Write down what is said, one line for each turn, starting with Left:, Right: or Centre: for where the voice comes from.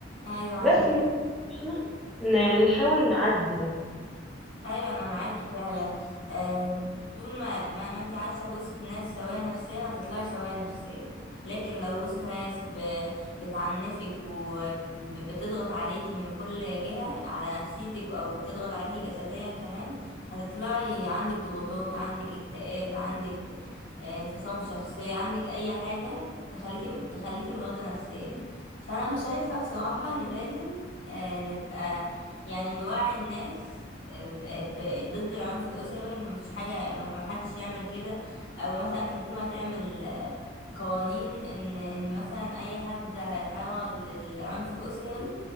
Left: ايوه عندك
Centre: بس المفروض ان احنا ن- يعني نحاول نعدي ده
Left: ايوه انا معاكي فعلا آه طول ما ما, ما انت عايشه وسط ناس سويه نفسيا هتطلعي سويه نفسيا لكن لو وسط ناس ب... بتعنفك وبتضغط عليكي من كل جهه على نفسيتك او بتضغط عليكي جسديا كمان هتطلعي عندك ضغوطات عندك اكتئاب عندك آه انفصام في الشخصيه عندك اي حاجه تخليكي تخليكي مريضه نفسيا فانا مش شايفه بصراحه ان لازم آه نبقى يعني نوعي الناس ب- ضد العنف الأسري إن مفيش حاجة مح- محدش يعمل كده أو مثلا الحكومة تعمل آه، قوانين إن إن مثلا أي حد هيتعرض للعنف الأسري